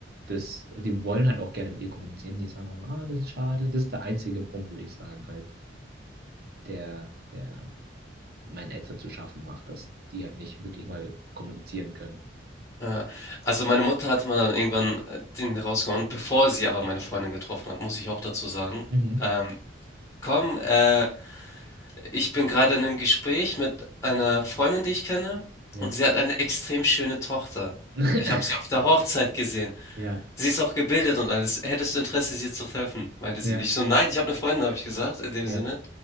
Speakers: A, on the right; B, on the left.
A: das, die wollen halt auch gerne mit ihr kommunizieren. Die sagen auch mal, ah, das ist schade. Das ist der einzige Punkt, würde ich sagen, halt, der, der meinen Eltern zu schaffen macht, dass die halt nicht wirklich mal kommunizieren können.
B: Ja. Also meine Mutter hatte mal dann irgendwann äh, den rausgehauen, bevor sie aber meine Freundin getroffen hat, muss ich auch dazu sagen.
A: Mhm.
B: Ähm, komm, äh, Ich bin gerade in einem Gespräch mit einer Freundin, die ich kenne,
A: Ja.
B: und sie hat eine extrem schöne Tochter.
A: <laughs>
B: Ich habe sie auf der Hochzeit gesehen.
A: Ja,
B: Sie ist auch gebildet und alles. „Hättest du Interesse, sie zu treffen?“, meinte sie.
A: ja,
B: Ich so: „Nein, ich habe eine Freundin“, habe ich gesagt in dem
A: ja,
B: Sinne.